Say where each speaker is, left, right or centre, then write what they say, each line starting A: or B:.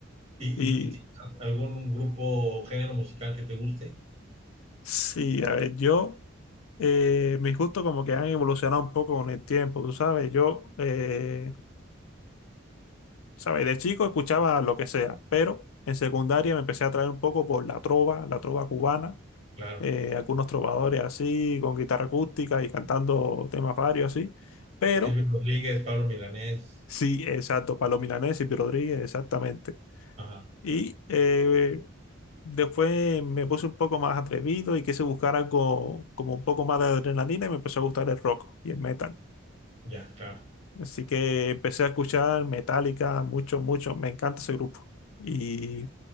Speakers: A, on the right; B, on the left.
A: ¿Y, y,
B: Y
A: y tienes algún un grupo o género musical que te guste?
B: Sí, a ver, yo, eh, mis gustos como que han evolucionado un poco con el tiempo, tú sabes, yo, eh, sabes, de chico escuchaba lo que sea, pero en secundaria me empecé a atraer un poco por la trova, la trova cubana,
A: Claro.
B: eh, algunos trovadores así, con guitarra acústica y cantando temas varios así, pero
A: Silvio Rodríguez, Pablo Milanés.
B: sí, exacto, Pablo Milanés y Rodríguez, exactamente.
A: Ajá.
B: Y eh, después me puse un poco más atrevido y quise buscar algo como un poco más de adrenalina y me empezó a gustar el rock y el metal.
A: Ya, claro,
B: Así que empecé a escuchar Metallica mucho, mucho. Me encanta ese grupo. Y